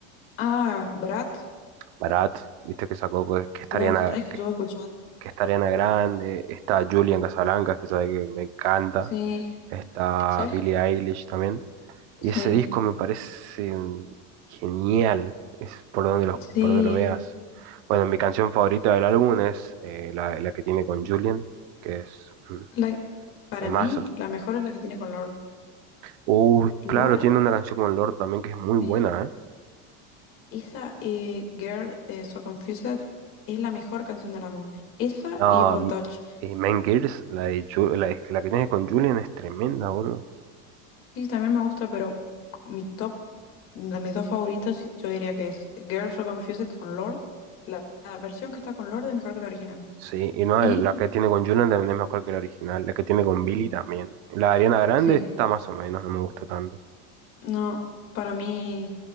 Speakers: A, on the left; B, on the right.
A: Ah, Brad.
B: Barat, viste que sacó que, que estarían
A: Los
B: a,
A: Rex
B: que,
A: estuve escuchando.
B: que estarían a grande. Está Julian Casablancas, que sabe que me encanta.
A: Sí.
B: Está
A: ¿Sabes?
B: Billie Eilish también. Y
A: Sí.
B: ese disco me parece genial. Es por donde lo,
A: Sí.
B: por donde lo veas. Bueno, mi canción favorita del álbum es eh, la, la que tiene con Julian, que es un
A: La- para
B: temazo.
A: mí, la mejor es la que tiene con Lord.
B: Uh,
A: Lord,
B: claro, tiene una canción con Lorde también que es muy
A: sí.
B: buena, ¿eh?
A: Esa eh, Girl eh, So Confused es la mejor canción del álbum. Esa
B: Ah,
A: y Bondage.
B: m- eh, Mean Girls, la, de Ju- la, de- la que tiene con Julian es tremenda, bro.
A: Sí, también me gusta, pero mi top, de mis dos favoritos, yo diría que es Girls So Confused con Lord. La, la versión que está con Lord es mejor que la original.
B: Sí, y no,
A: Y
B: la que tiene con Julian también es mejor que la original. La que tiene con Billy también. La de Ariana Grande
A: sí,
B: está más o menos, no me gusta tanto.
A: no, para mí,